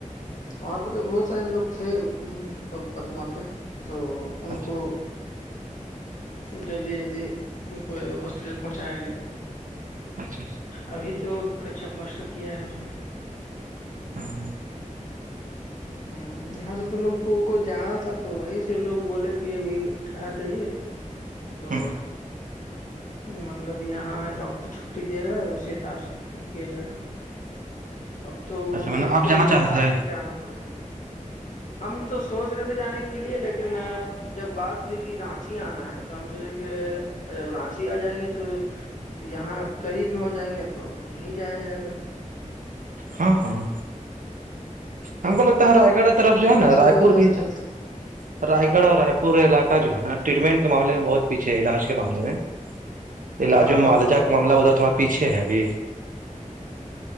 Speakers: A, on the left; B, on the right.
A: وہاں پہ تو بہت سارے لوگ تھے پدما کے تو ان
B: اچھا
A: کو جلدی جلدی ان کو ہاسپٹل پہنچایا گیا
B: اچھا اچھا
A: ابھی تو کچا پلاسٹر کیا ہے اس میں
B: ہاں
A: ہوں یہاں سے تو لوگوں کو جانا تھا تو وہیں سے لوگ بولے کہ ابھی ٹھہر جائیے
B: <inaudible>
A: سو
B: <unintelligible>
A: مطلب یہاں ڈاکٹر چھٹی دے گا اسی حساب سے کام کیا جائے گا اب تو
B: اچھا
A: ان
B: میں
A: کو
B: نے
A: تو
B: آپ
A: پورا
B: جانا چاہ
A: لٹا
B: رہے تھے
A: کر کے آنا پڑے گا نا ہم تو سوچ رہے تھے جانے کے لیے لیکن جب بات ہوئی کہ رانچی آنا ہے تو ہم سوچے کہ جب رانچی آ جائیں گے تو یہاں آپ قریب میں ہو جائیں گے تو یہیں جایا جائے گا
B: ہاں ہاں ہم کو لگتا ہے رائے گڑھ طرف جو
A: کراچی
B: ہے نا رائے
A: میں
B: پور
A: علاج
B: بھی ہے
A: چلتا تو
B: رائے گڑھ اور رائے پور علاقہ جو ہے نا ٹریٹمنٹ کے معامے میں بہت پیچھے ہے علاج کے معاملے میں علاج
A: ہاں
B: و معالجہ
A: ہاں
B: کا
A: ہاں
B: معاملہ ادھر تھوڑا پیچھے ہے ابھی